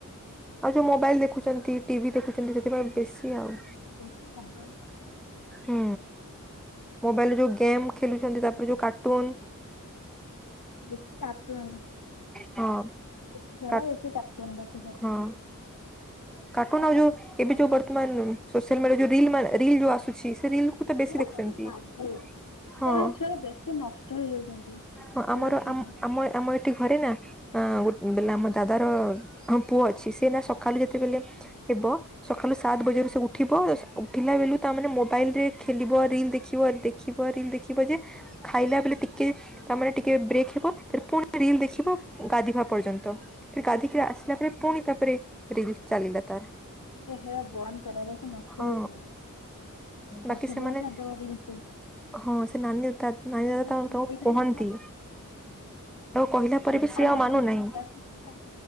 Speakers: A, in the centre; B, on the left.
A: ଆଉ ଯୋଉ ମୋବାଇଲ ଦେଖୁଛନ୍ତି, ଟିଭି ଦେଖୁଛନ୍ତି ସେଥିପାଇଁ ବେଶୀ ଆଉ।
B: ବେଶି ମୋବାଇଲ ତ।
A: ହୁଁ, ମୋବାଇଲରେ ଯୋଉ ଗେମ୍ ଖେଲୁଛନ୍ତି, ତାପରେ ଯୋଉ କାର୍ଟୁନ।
B: ବେଶି କାର୍ଟୁନ୍।
A: ହଁ।
B: ଛୋଟ ଛୁଆ
A: କା
B: ଉରା ବେଶୀ କାର୍ଟୁନ୍ ଦେଖ
A: ହଁ। କାର୍ଟୁନ ଆଉ ଯୋଉ ଏବେ ଯୋଉ ବର୍ତ୍ତମାନ ସୋସିଆଲ୍ ମିଡ଼ିଆରେ ଯୋଉ ରିଲ୍ ମାନେ ରିଲ୍ ଯୋଉ ଆସୁଛି ସେ ରିଲ୍ କୁ ତ ବେଶୀ
B: ଏରା
A: ଦେଖୁଛନ୍ତି।
B: ସବୁଠୁ ବାଜେ ଏ
A: ହଁ।
B: ଛୁଆରା ବେଶୀ ନଷ୍ଟ ହେଇଯାଉଛନ୍ତି
A: ହଁ
B: ସେ
A: ଆମର
B: ଦେଖିକି
A: ଆମ ଆମ ଏଠି ଘରେ ନା ଅ ଗୋ ବେଲେ ଆମ ଦାଦାର ପୁଅ ଅଛି ସେସନା ସକାଲୁ ଯେତେବେଲେ ହେବ ସକାଲୁ ସାତ୍ ବଜେରୁ ସେ ଉଠିବ। ଉଠିଲା ବେଲୁ ତା ମାନେ ମୋବାଇଲ ରେ ଖେଲିବ ରିଲ ଦେଖିବ ଦେଖି ଦେଖିବ ରିଲ୍‌ ଦେଖିବ ଯେ ଖାଇଲା ବେଲେ ଟିକେ ତା ମାନେ ଟିକେ ବ୍ରେକ୍ ହେବ। ତା ପୁଣି ରିଲ ଦେଖିବ ଗାଧେଇବା ପର୍ଯ୍ୟନ୍ତ। ଫେରେ ଗାଧେଇକିରି ଆସି ଲା ପରେ ପୁଣି ତ ତାପରେ ରିଲ୍ ଚାଲିିଲା ତାର।
B: ହେ ହେରା ବନ୍ଦ କର ନହେଲେ ସିଏ ନଷ୍ଟ
A: ହଁ
B: ହେଇଯିବ। ପାଠପଢ଼ା
A: ବାକି ସେମାନେ
B: ଛାଡ଼ି ଦବ ରିଲ୍। <unintelligible>
A: ହଁ ସେ ନାନୀ ତା ନାନୀ
B: <unintelligible>
A: ଦାଦା ତାଙ୍କୁ କୁହନ୍ତି କହିଲା ପରେ
B: ମାନେ
A: ବି ସିଏ
B: ଖାଲି
A: ଆଉ ମାନୁନାହିଁ।
B: ରିଲ୍। <unintelligible> ଆଉ କିଛି